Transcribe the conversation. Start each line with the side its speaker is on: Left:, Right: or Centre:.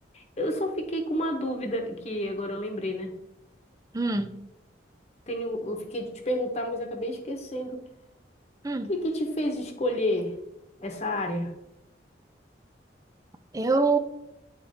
Left: Eu só fiquei com uma dúvida que agora eu lembrei, né?
Right: Hum,
Left: Tenho, eu fiquei de te perguntar, mas acabei esquecendo.
Right: hum.
Left: O que que te fez escolher essa área?
Right: Eu